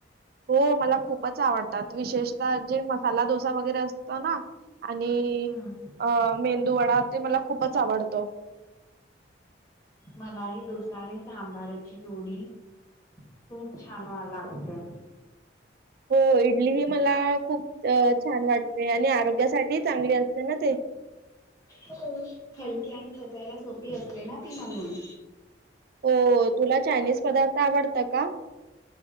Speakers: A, on the right; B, on the left.
A: हो मला खूपच आवडतात. विशेषतः जे मसाला डोसा वगैरे असत ना? आणि
B: हम्म.
A: अ मेंदू वडा ते मला खूपच आवडतो
B: मला ह दुसारी सांबाराची जोडी खूप छान व्हा लागतं
A: हो इडली ही मला खूप छान वाटते आणि आरोग्यासाठी चांगली असते ना ते
B: हो हलकी आणि पचायला सोपी असते ना ती म्हणून
A: हो तुला चायनीज पदार्थ आवडत का